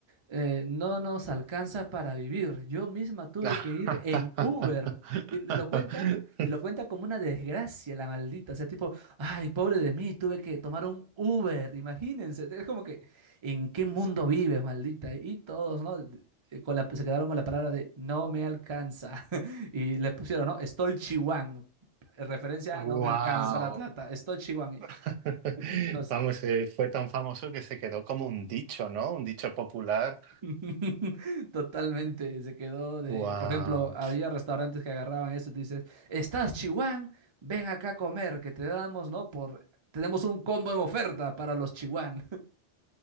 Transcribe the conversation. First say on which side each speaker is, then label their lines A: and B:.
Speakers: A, on the right; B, on the right.
A: eh, no nos alcanza para vivir. Yo misma tuve
B: <laughs>
A: que ir en Uber. Y y lo cuenta, y lo cuenta como una desgracia, la maldita. O sea, tipo, ay, pobre de mí, tuve que tomar un Uber. Imagínense. Es como que, ¿en qué mundo vives, maldita? Y todos, ¿no? Eh, Con la- se quedaron con la palabra de no me alcanza. <laughs> Y le pusieron, ¿no? Estoy chihuán. Referencia
B: Wow.
A: a no me alcanza la plata. Estoy chihuán.
B: <laughs>
A: No sé.
B: Vamos, eh, fue tan famoso que se quedó como un dicho, ¿no? Un dicho popular.
A: <laughs> Totalmente, se quedó de,
B: Wow.
A: por ejemplo, había restaurantes que agarraban eso, te dices, ¿estás Chihuán? Ven acá a comer, que te damos, ¿no? Por, tenemos un combo en oferta para los Chihuán.